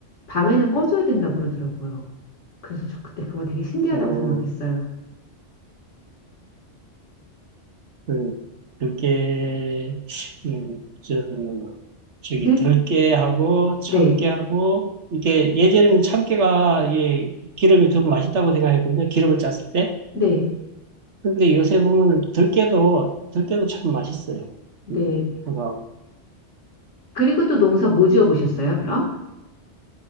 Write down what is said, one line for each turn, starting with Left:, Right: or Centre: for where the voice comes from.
Left: 밤에는 꺼져야 된다 그러더라고요. 그래서 저 그때 그거 되게 신기하다고
Right: 어,
Left: 생각했어요.
Right: 어, 그, 그게, 음, 저 뭐, 저기,
Left: 네,
Right: 덜게 하고, 참게
Left: 네,
Right: 하고, 이게, 예전에는 참깨가, 이게, 기름이 더 맛있다고 생각했거든요. 기름을 짰을 때.
Left: 네,
Right: 근데 요새 보면 들깨도 들깨도 참 맛있어요.
Left: 네.
Right: 음, 그거
Left: 그리고 또 농사 뭐 지어 보셨어요, 그럼?